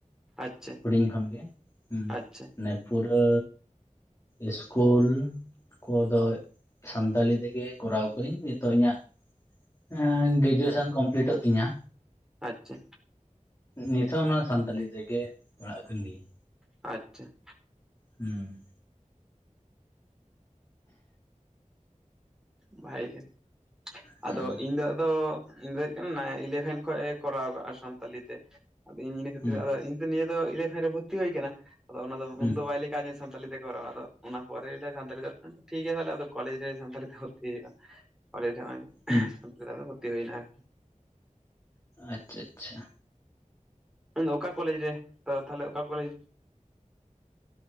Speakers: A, in the centre; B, on the left (about 25°).
A: ᱟᱪᱪᱷᱟ
B: ᱦᱩᱰᱤᱧ ᱠᱷᱚᱱ ᱜᱮ ᱦᱩᱸᱻ
A: ᱟᱪᱪᱷᱟ
B: ᱱᱮᱼᱼᱼ ᱯᱩᱨᱟᱹ ᱤᱥᱠᱩᱞ ᱠᱚᱫᱚᱭ ᱥᱟᱱᱛᱟᱞᱤ ᱛᱮᱜᱮᱼᱼᱼ ᱠᱚᱨᱟᱣ ᱠᱟᱭᱤᱧ ᱱᱤᱛᱚ-ᱜ ᱤᱧᱟᱹᱜ-ᱟ ᱮᱸᱻ ᱜᱨᱮᱡᱩᱭᱮᱥᱮᱱ ᱠᱚᱢᱯᱤᱞᱤᱴᱚ-ᱜ ᱛᱤᱧᱟ!
A: ᱟᱪᱪᱷᱟᱼᱼ
B: ᱱᱤᱛ ᱦᱚᱸ ᱚᱱᱟ ᱥᱟᱱᱛᱟᱞᱤ ᱛᱮᱜᱮ ᱯᱟᱲᱟᱜ ᱠᱟᱱ ᱜᱤᱭᱟᱹᱧ
A: ᱟᱪᱪᱷᱟᱼᱼ
B: ᱦᱩᱸᱻ
A: ᱵᱷᱟᱜᱤ ᱜᱮ
B: ᱦᱩᱸ
A: ᱟᱫᱚ ᱤᱧ ᱫᱚ ᱟᱫᱚ ᱤᱧ ᱫᱚ ᱦᱩᱭᱩᱜ ᱠᱟᱱᱟ ᱱᱟᱜ ᱤᱞᱮᱵᱷᱮᱱ ᱠᱷᱚᱡ ᱮ ᱠᱚᱨᱟᱣ ᱟᱠᱟᱜ-ᱟ ᱥᱟᱱᱛᱟᱞᱤ ᱛᱮ ᱟᱫᱚ ᱤᱧ ᱤᱱᱟᱹ ᱠᱷᱟᱹᱛᱤᱨ
B: ᱦᱩᱸ
A: ᱟᱫᱚ ᱤᱧᱼᱼᱼ ᱱᱤᱭᱟᱹ ᱫᱚ ᱤᱞᱮᱵᱷᱮᱱ ᱨᱮ ᱵᱷᱩᱨᱛᱤ ᱦᱩᱭ ᱟᱠᱟᱱᱟ᱾ ᱟᱫᱚ ᱚᱱᱟ
B: ᱦᱩᱸ
A: ᱩᱱᱫᱚ ᱵᱟᱭ ᱞᱚᱭᱼᱼᱼ <unintelligible> ᱥᱟᱱᱛᱟᱲᱤ ᱛᱮ ᱠᱚᱨᱟᱣᱟ᱾ ᱟᱫᱚ ᱚᱱᱟ ᱯᱚᱨᱮ ᱞᱟᱹᱭ ᱫᱟ ᱥᱟᱱᱟᱲᱤ ᱫᱚ ᱴᱤᱷᱠ ᱜᱮᱭᱟ ᱛᱟᱦᱚᱞᱮ ᱟᱫᱚ ᱠᱚᱞᱮᱡᱽ ᱨᱮ ᱥᱟᱱᱛᱟᱲᱤ ᱛᱮ ᱦᱚᱸᱻ <inaudible> <unintelligible> ᱟᱫᱚ ᱱᱚᱭᱚᱭ
B: ᱦᱩᱸ
A: ᱥᱟᱱᱛᱟᱲᱤ ᱛᱮ ᱦᱩᱭᱱᱟ ᱮᱱᱟ!
B: ᱟᱪᱪᱷᱟ-ᱟᱪᱪᱷᱟ
A: ᱢᱮᱱ ᱚᱠᱟ ᱠᱚᱞᱮᱡᱽ ᱨᱮ ᱫᱟᱫᱟ ᱛᱟᱦᱚᱞᱮ ᱚᱠᱟ ᱠᱚᱞᱮᱡᱽ